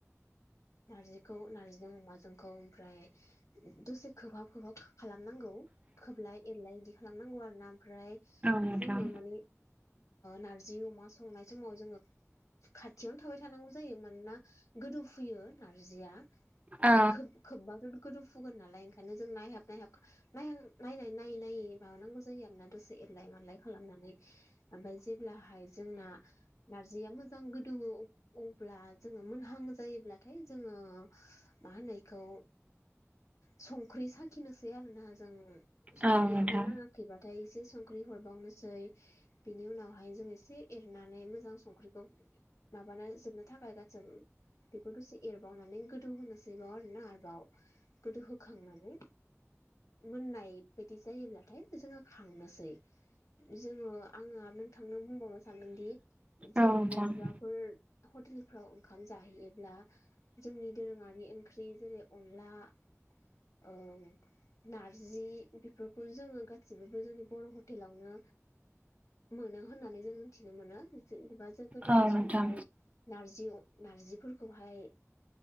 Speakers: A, on the left (about 80°); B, on the right (about 25°).
A: नारजिखौ नारजिजों अमाजोंखौ ओमफ्राय दसे खोबहाब खोबहाब खालामनांगौ खोबलाय एरलाय बिदि खालामनांगौ आर ना ओमफ्राय
B: नोंथां
A: जोङो माने नारजि अमा संनाय समाव जोङो खाथियावनो थाबाय थानांगौ जायो मानोना गोदौ फुयो नारजिया ओमफ्राय
B: औ नोंथां औ
A: खोम्बा द गोदौफुगोन नालाय ओंखायनो जों नायहाब नायहाब नायह नायनानै नायै नायै माबानांगौ जायो आरोना दसे एरलाय मालाय खालामनानै ओमफ्राय जेब्लाहाय जोंना नारजिया मोजां गोदोङो अब्ला जोङो मोनहां जायोब्लाथाय जोङो मा होनो इखौ संख्रि साखिनोसै आरो ना जों संख्रिया
B: औ नोंथां
A: ओमफ्राय नाङाखैबाथाय एसे संख्रि हरबावनोसै बिनि उनावहाय जों एसे एरनानै मोजां संख्रिखौ माबानानै जोबनो थाखाय गासैबो बेखौ दसे एरबावनानै गोदौ होनोसै आरोना आरोबाव गोदो होखांनानै मोननाय बायदि जायोब्लाथाय जोङो खांनोसै जोङो आङो नोंथांनो बुंबावनो सानदोंदि जोङो
B: औ नोंथां
A: बहायबाफोर हटेलफ्राव ओंखाम जाहैयोब्ला जोंनि दोरोङारि ओंख्रि जेरै अनला <inaudible> नारजि बेफोरखौ जोङो गासिबोबो जोंनि बर' हटेलावनो मोनो होननानै जों मिथिनो मोनो जेनेबा जों गोदोनि
B: औ
A: समावहाय
B: नोंथां
A: नारजि नारजिफोरखौहाय